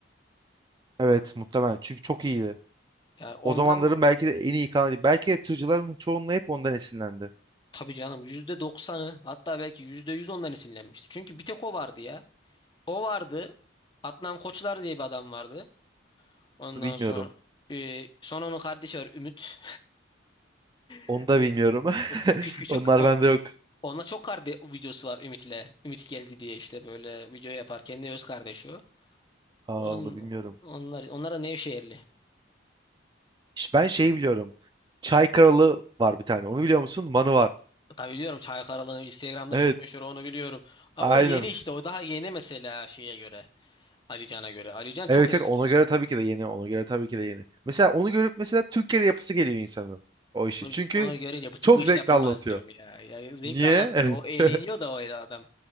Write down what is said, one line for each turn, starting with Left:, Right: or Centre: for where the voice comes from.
Right: Evet muhtemelen. Çünkü çok iyiydi.
Left: Yani ondan
Right: O zamanların belki de en iyi kanalı. Belki de tırcıların çoğunluğu hep ondan esinlendi.
Left: tabii canım yüzde doksanı hatta belki %100 ondan esinlenmişti. Çünkü bir tek o vardı ya. O vardı. Adnan Koçlar diye bir adam vardı. Ondan
Right: Bilmiyorum.
Left: sonra e, sonra onun kardeşi var Ümit.
Right: Onu
Left: <laughs>
Right: da bilmiyorum. <laughs>
Left: Küçük küçük
Right: Onlar
Left: o-
Right: bende yok.
Left: onunla çok kardeş videosu var Ümit'le. Ümit geldi diye işte böyle video yapar. Kendi öz kardeşi o.
Right: Aa,
Left: On,
Right: onu bilmiyorum.
Left: onlar, onlar da Nevşehirli.
Right: İşte ben şeyi biliyorum. Çay Kralı var bir tane. Onu biliyor musun? Manı var.
Left: Tabii biliyorum Çaykaralı Instagram'da
Right: Evet.
Left: çok meşhur onu biliyorum. Ama
Right: Aynen.
Left: o yeni işte o daha yeni mesela şeye göre. Alican'a göre. Alican çok
Right: Evet
Left: eski.
Right: evet ona göre tabii ki de yeni. Ona göre tabii ki de yeni. Mesela onu görüp mesela Türkiye'de yapısı geliyor insanın. O işi.
Left: Onu,
Right: Çünkü
Left: onu görünce bu,
Right: çok
Left: bu iş
Right: zevkli
Left: yapılmaz
Right: anlatıyor.
Left: diyorum ya. Ya zevkle
Right: Niye?
Left: anlatıyor. O eğleniyor
Right: <laughs>
Left: da o adam.